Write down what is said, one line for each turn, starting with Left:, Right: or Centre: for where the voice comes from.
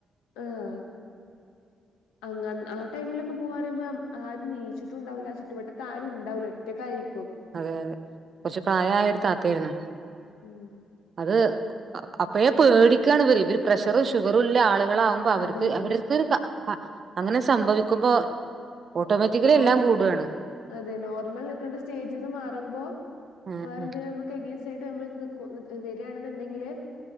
Left: ആഹ് അങ്ങന്ന് ആ ടൈമിലൊക്കെ പോവാന്നറയുമ്പം ആരും നീച്ച്ട്ടുണ്ടാവൂല ചുറ്റുവട്ടത്താരുണ്ടാവൂല ഒറ്റക്കായിരി
Right: അതെ അതെ കൊറച്ചു പ്രായായൊരുതാത്തേര്ന്നു.
Left: ഉം
Right: അത് അപ്പഴേ പേടിക്കാണ് ഇവര്. ഇവര് പ്രഷറും ഷുഗറുല്ല ആള്. കളാവുമ്പോ അവര്ക്ക്
Left: അതെ അതെ
Right: അവര്ക്കൊരുക ക അങ്ങനെ സംഭവിക്കുമ്പോ ഓട്ടോമാറ്റിക്കലി
Left: നോർ
Right: എല്ലാം കൂടാണ്
Left: അതെ നോർമൽ നിക്ക സ്റ്റേജ്ന്ന് മാറുമ്പോ
Right: ഉം
Left: വേറെന്തേലും
Right: ഉം
Left: നമുക്ക് എഗൈനി തീർച്ചയായിട്ട് നമ്മൾ വരാന്ന്ണ്ടെങ്കില്